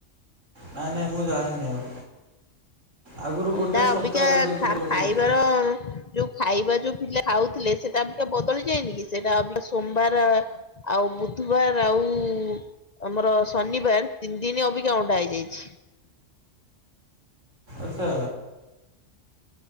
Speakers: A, on the right (about 85°); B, on the left (about 40°).
A: ନାଇଁ ନାଇଁ ମୁଁ ଜାଣିନି ଆଉ। ଆଗରୁ
B: ଅଣ୍ଡା
A: ଗୋଟେ
B: ଅବିକା
A: ସପ୍ତାହରେ ଦଉଥିଲେ
B: ଖା
A: ଗୋଟେ
B: ଖାଇବାର
A: ଦିନ
B: ଯୋଉ ଖାଇବା ଯୋଉ ପିଲା ଖାଉଥିଲେ ସେଟା ଟିକେ ବଦଳି ଯାଇନିକି ସେଟା ସୋମବାର ଆଉ ବୁଧୁବାର ଆଉ ଆମର ଶନିବାର ତିନି ଦିନି ଅବିକା ଅଣ୍ଡା ହେଇଯାଇଛି।
A: ଆଛା।